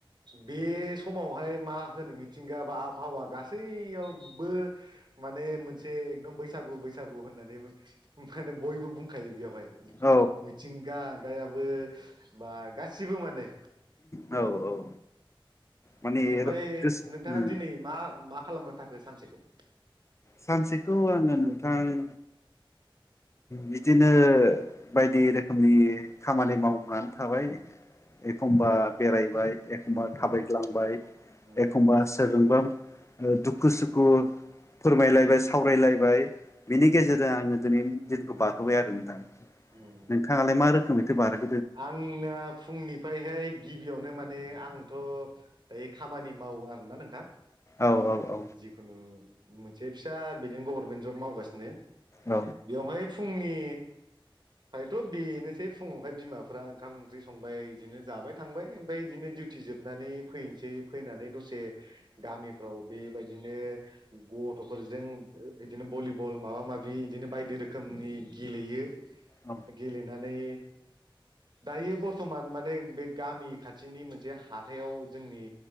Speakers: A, on the right (about 55°); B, on the left (about 30°).
A: बे समावहाय मा होनो मिथिंगा बा आबहावा गासैयावबो माने मोनसे एकदम बैसागु बैसागु होननानै माने बयबो बुंखायो बेयावहाय
B: औ
A: मिथिंगा गायाबो बा गासिबो माने
B: औ औ माने
A: ओमफ्राय
B: गोसो
A: नोंथाङा दिनै मा मा खालामना थाखो सानसेखौ
B: सानसेखौ आङो नोंथां बिदिनो बायदि रोखोमनि खामानि मावनानै थाबाय एखमबा बेरायबाय एखमबा
A: उम
B: थाबायग्लांबाय
A: उम
B: एखमबा सोरजों बा दुखु सुखु फोरमायलायबाय सावरायलायबाय बिनि
A: उम
B: गेजेरजों आं दिनैनि दिनखौ बारहोबाय आरो नोंथां
A: उम
B: नोंथाङालाय मा रोखोमैथो बार <unintelligible>
A: आंना फुंनिफ्रायहाय गिबियावनो माने माने आंथ ओइ खामानि मावो आरोना नोंथां।
B: औ औ
A: जिखुनु मोनसे फिसा बिदिनो गभारमेन्ट जब मावगासिनो
B: औ
A: बेवहाय फुंनि आयथ बेनोसै फुङावहाय बिमाफ्रा ओंखाम ओंख्रि संबाय बिदिनो जाबाय थांबाय ओमफाय बिदिनो दिउटि जोबनानै फैनोसै फैनानै दसे गामिफ्राव बेबायदिनो गथ फोरजों बिदिनो भलिबल माबा माबि बिदिनो बायदि रोखोमनि गेलेयो।
B: औ
A: गेलेनानै दायो बर्थमान माने बे गामि खाथिनि मोनसे हाथायाव जोंनि